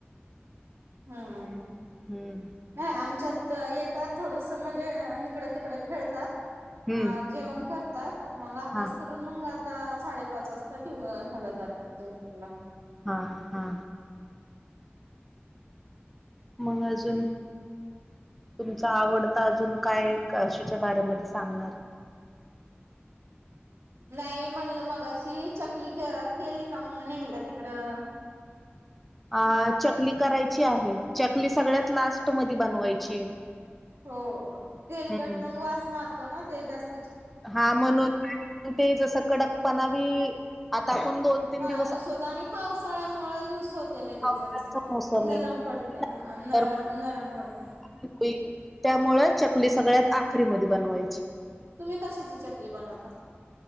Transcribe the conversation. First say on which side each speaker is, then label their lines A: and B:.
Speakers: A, on the right (about 75°); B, in the centre.
A: हा हा.
B: हम्म.
A: नाही आमच्यात येतात थोडसं म्हणजे हिकडं-तिकडं खेळतात.
B: हम्म
A: अ जेवण करतात, मग अभ्यास
B: हा
A: कर पण मंग आता साडेपाच वाजता ट्यू ह्याला जातात ट्यूशनला
B: हा, हा. मग अजून? तुमचा आवडता अजून काये? कशाच्या बारेमधी सांगणार?
A: नाही म्हणलं, मगाशी चकली क केली का? मग न्ह्यायला तिकडं.
B: अ चकली करायची आहे, चकली सगळ्यात लास्ट मधी बनवायची.
A: हो, तेलकट
B: हम्म.
A: मग वास मारतो ना ते जास्त
B: हा म्हणून ते जसं कडकपणाबी, आता आपण दोन तीन
A: हा
B: दिवस
A: लूस होत आणि पावसाळ्यामुळं लूस होते लगेचच.
B: पावसाचा मोसम
A: नरम
B: आहे
A: पडते हा, न
B: तर
A: नरम पडते.
B: होईल, त्यामुळं चकली सगळ्यात आखरी मध्ये बनवायची.
A: तुम्ही कशाची चकली बनवता?